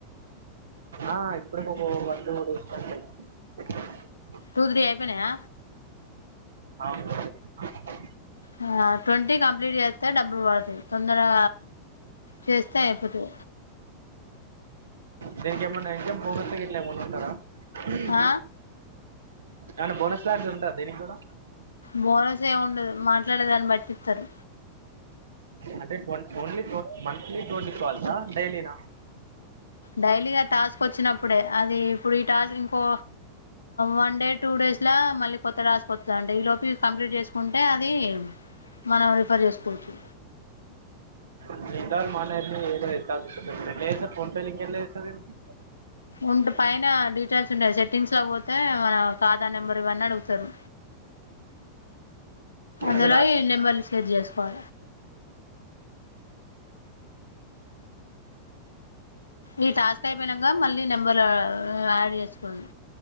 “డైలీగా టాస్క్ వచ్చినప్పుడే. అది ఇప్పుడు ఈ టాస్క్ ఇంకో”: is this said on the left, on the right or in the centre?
Left